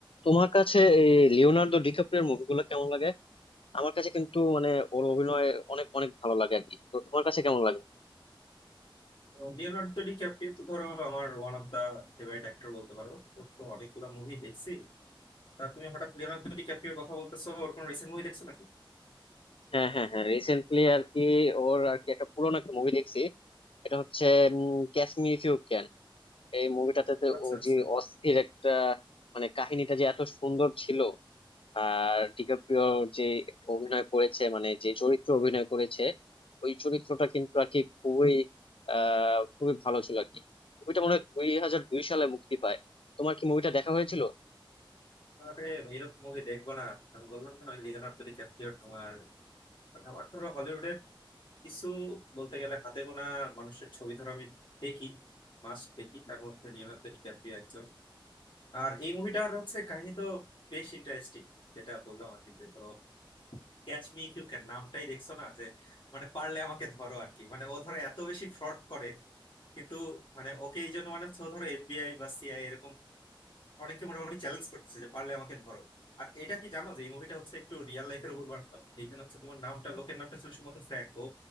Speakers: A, on the left; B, on the left.
A: তোমার কাছে এই লিওনার্দো ডিক্যাপ্রিওর মুভিগুলো কেমন লাগে আমার কাছে কিন্তু মানে ওর অভিনয় অনেক অনেক ভালো লাগে আর কি তো তোমার কাছে কেমন লাগে
B: Leonardo DiCaprio তো ধরো আমার one of the favourite actor বলতে পারো ওর তো অনেকগুলো মুভি দেখছি তা তুমি হঠাৎ লিওনার্দো ডি ক্যাপ্রিওর কথা বলতেছো ওর কোনো রিসেন্ট মুভি দেখছো নাকি
A: হ্যাঁ হ্যাঁ হ্যাঁ রিসেন্টলি আর কি ওর আর কি একটা পুরোনো একটা মুভি দেখছি এটা হচ্ছে Catch Me If You Can এই মুভিটাতে
B: ও, আচ্ছা
A: ও
B: আচ্ছা
A: যে অস্থির একটা মানে কাহিনীটা যে এত সুন্দর ছিল আর ডিকাপ্রিও যে অভিনয় করেছে মানে যে চরিত্র অভিনয় করেছে ওই চরিত্রটা কিন্তু আর কি খুবই আহ খুবই ভালো ছিল আর কি মুভিটা মনে হয় দুই হাজার দুই সালে মুক্তি পায় তোমার কি মুভিটা দেখা হয়েছিল
B: আরে এরকম মুভি দেখবো না আমি বললাম না লিওনার্দো ডি ক্যাপ্রিওর তোমার মানে আমার ধরো হলিউডের কিছু বলতে গেলে হাতে গোনা মানুষের ছবি ধরো আমি দেখি মাস দেখি তার মধ্যে লিওনার্দো ডি ক্যাপ্রিও একজন আর এই মুভিটার হচ্ছে কাহিনী তো বেশ ইন্টারেস্টিং যেটা বললাম আর কি যে ধরো Catch Me If You Can নামটাই দেখছো না যে মানে পারলে আমাকে ধরো আর কি মানে ও ধরো এত বেশি ফ্রড করে কিন্তু মানে ওকে এই জন্য মানে হচ্ছে ও ধরো এফবিআই বা সিআই এরকম অনেকে মোটামুটি চ্যালেঞ্জ করতেছে যে পারলে আমাকে ধরো আর এটা কি জানো যে এই মুভিটা হচ্ছে একটু রিয়েল লাইফের উপর বানানো এখানে হচ্ছে তোমার নামটা লোকের নামটা ছিল সম্ভবত ফ্র্যাঙ্ক ও